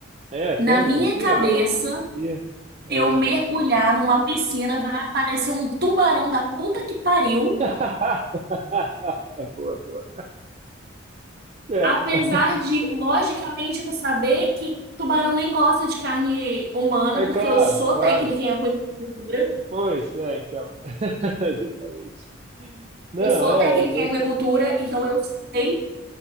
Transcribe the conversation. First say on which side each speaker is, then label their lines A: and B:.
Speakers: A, on the right (about 35°); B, on the right (about 50°).
A: É, pânico,
B: Na minha
A: sim,
B: cabeça.
A: é uma fobia. É.
B: Se eu mergulhar numa piscina, vai aparecer um tubarão da puta que pariu.
A: <laughs> É boa, boa. É,
B: Apesar de, logicamente, eu saber que tubarão nem gosta de carne humana,
A: é
B: porque
A: claro,
B: eu sou
A: claro.
B: técnica em aquicultura.
A: Pois, é, então. <laughs> Justamente. Não,
B: Eu sou
A: é,
B: técnica
A: é muito
B: em aquicultura, então eu sei.